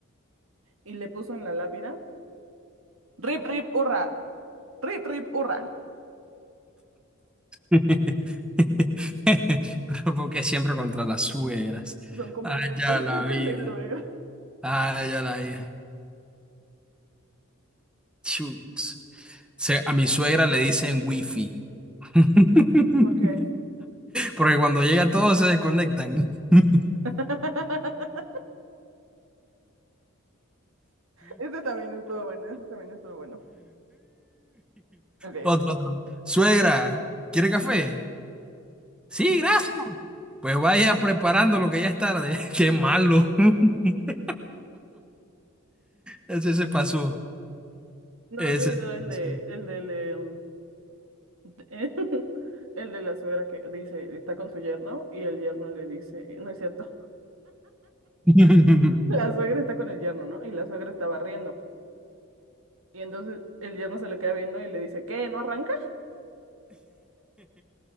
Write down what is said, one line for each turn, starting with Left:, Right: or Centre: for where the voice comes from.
Right: y le puso en la lápida, Rip, rip, hurra. Rip, rip, hurra.
Centre: <laughs> Pero porque siempre contra las suegras.
Right: son comunes
Centre: Ay, ya
Right: los
Centre: la
Right: chistes
Centre: vida.
Right: de suegra.
Centre: Ay, ya la vida. Chutz. Se- a mi suegra le dicen wifi. <laughs>
Right: Porque
Centre: Porque cuando llega todos se desconectan. <laughs>
Right: <laughs> este también estuvo bueno, este también estuvo bueno. Ok.
Centre: Otro, otro. Suegra, ¿quiere café? Sí, gracias. Pues vaya preparando lo que ya es tarde. <laughs> Qué malo. <laughs> Ese se pasó.
Right: No,
Centre: Ese
Right: has oído
Centre: se
Right: el
Centre: pasó.
Right: de, el de, el de, um, de <laughs> el de la suegra que dice, está con su yerno y el yerno le dice, no es cierto,
Centre: <laughs>
Right: <laughs> la suegra está con el yerno, ¿no? Y la suegra está barriendo. Y entonces el yerno se le queda viendo y le dice, ¿qué? ¿No arranca?